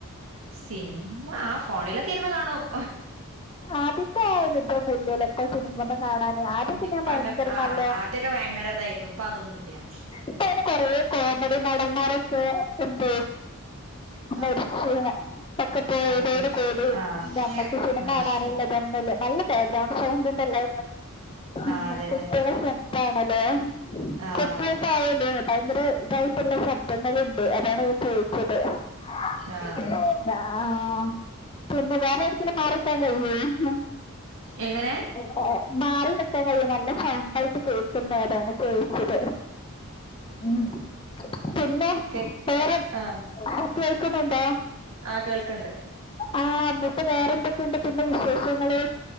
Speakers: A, on the right; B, on the left.
A: സിനിമ ആ ഫോണിലൊക്കെ ഇരുന്ന് കാണും
B: ആദ്യത്തെ ആ ഒരു ഇത് ഇല്പ്പോ സിനിമ ഒന്നും കാണാന് ആദ്യൊക്കെ
A: ഇനിയിപ്പ
B: ഞാൻ ഭയങ്കര
A: അങ്ങ ആ
B: നല്ലോ
A: ആദ്യൊക്കെ ഭയങ്കര ഇതായിരുന്നു ഇപ്പ അതൊന്നുംല്ല
B: അങ്ങനെ കൊറ കോമഡി നടന്മാര ഒക്കെ എന്ത
A: ഉ
B: <unintelligible> ഒക്കെ പോയതോട്
A: അതന്നെ
B: കൂടി
A: ആഹ്
B: ഞമ്മൾക്ക് സിനിമ
A: ആഹ്
B: കാണാനുള്ള <unintelligible> ബാക്ക്ഗ്രൗണ്ട് സൗണ്ട് ഉണ്ടല്ലോ
A: ആഹ്
B: അങ്ങനെ
A: അതന്നെ
B: കുട്ടികള സൗണ്ട് ഹലോ
A: ആഹ്
B: കുട്ടികൾ <unintelligible> ഭയങ്കര ഇതായിട്ടുള്ള ശബ്ദങ്ങളുണ്ട് അതാണ് ചോദിച്ചത് ആഹ
A: ആഹ്
B: പിന്നെ വേറെ എവിടെക്കെങ്കിലും മാറി നിക്കാൻ കഴിയ്യോ
A: എങ്ങനെ
B: ഏ മാറി നിക്കാൻ കഴിയോ നല്ല സൗണ്ട് ആയിട്ട് കേക്കുന്ന അതാണ് ചോദിച്ചത് ഉ പിന്നെ
A: കേ
B: വേറെ
A: ആഹ്
B: കേൾക്കുന്നുണ്ടോ
A: ആഹ് കേൾക്കണ്ട്
B: ആഹ എന്നിട്ട് വേറെന്തൊക്കെയുണ്ട് പിന്നെ വിശേഷങ്ങള്